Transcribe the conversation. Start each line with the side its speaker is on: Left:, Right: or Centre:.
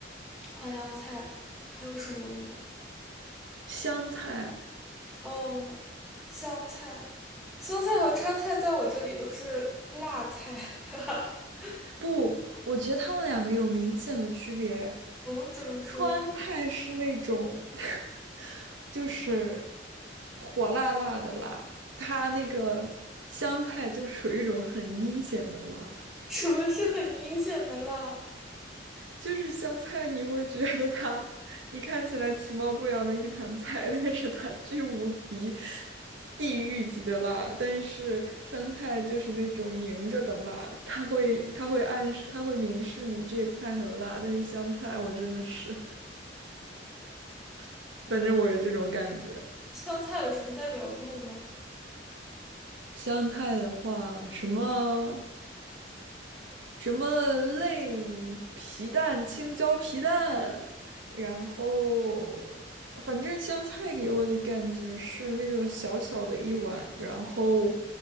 Centre: 淮扬菜，还有什么吗？
Right: 香菜，
Centre: 哦，湘菜，湘菜和川菜在我这里都是辣菜。<laughs>
Right: 不，我觉得他们两个有明显的区别。
Centre: 哦，怎么说？
Right: 川菜是那种，<laughs> 就是火辣辣的辣，它那个湘菜就属于一种很阴险的辣。
Centre: 什么是很阴险的辣？
Right: 就是香菜，你会觉得它，你看起来其貌不扬的一盘菜，<laughs> 但是它巨无敌地狱级的辣。但是川菜就是那种明着的辣，它会它会暗示，它会明示你这菜很辣。但是香菜，我真的是，<laughs> 反正我有这种感觉。
Centre: 湘菜有什么代表作吗？
Right: 香菜的话，什么？什么类皮蛋、青椒皮蛋，然后反正香菜给我的感觉是那种小小的一碗，然后